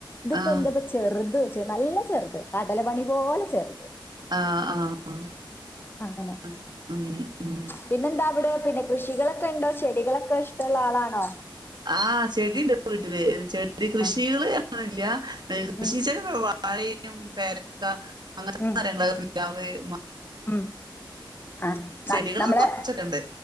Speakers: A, on the left; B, on the right.
A: തിപ്പോ
B: ആഹ്
A: എന്താപ്പ ചെർത് ചെ നല്ല ചെറ്ത് കടല മണി പോലെ ചെറുത്
B: ആഹ് ആഹ്
A: അങ്ങനെ
B: <inaudible>
A: പിന്നെന്താവിടെ പിന്നെ കൃഷികളൊ ക്കെയിണ്ടോ ചെടികളൊക്കെ ഇഷ്ടൊള്ള ആളാണോ.
B: ആഹ് ചെടി ണ്ട് വീട്ടില് ചെടി കൃഷികള്
A: ആ
B: അങ്ങനെയില്ല കൃഷി
A: ഉം
B: <unintelligible> വാഴയും പേരക്ക അങ്ങനത്ത
A: ഉം
B: കാര്യങ്ങള് <unintelligible>
A: ഉം ആ ത
B: ചെടികള്
A: നമ്മളെ
B: കൊറച്ചൊക്കെ ഉണ്ട്